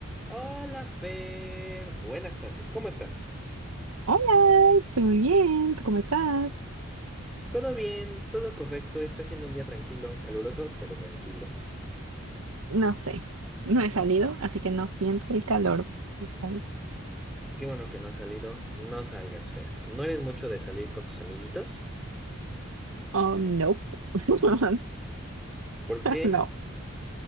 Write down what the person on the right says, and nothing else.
Hola, estoy muy bien. ¿Tú cómo estás?
No sé, no he salido, así que no siento el calor. Vibes.
Oh, no. <laughs>
No.